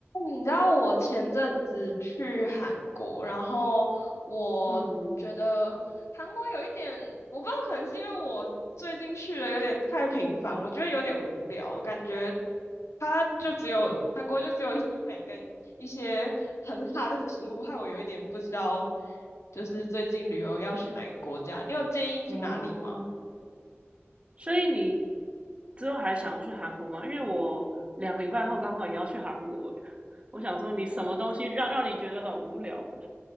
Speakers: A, on the left; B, on the right.
A: 你知道我前阵子去韩国，然后我觉得韩国有一点，
B: 嗯，
A: 我不知道，可能是因为我最近去的有点太频繁，我觉得有点无聊，感觉它就只有韩国就只有医美跟一些很辣的食物，害我有一点不知道，就是最近旅游要去哪个国家，你有建议去哪里吗？
B: 哦，所以你之后还想去韩国吗？因为我两个礼拜后刚好也要去韩国欸，我想说你什么东西让让你觉得很无聊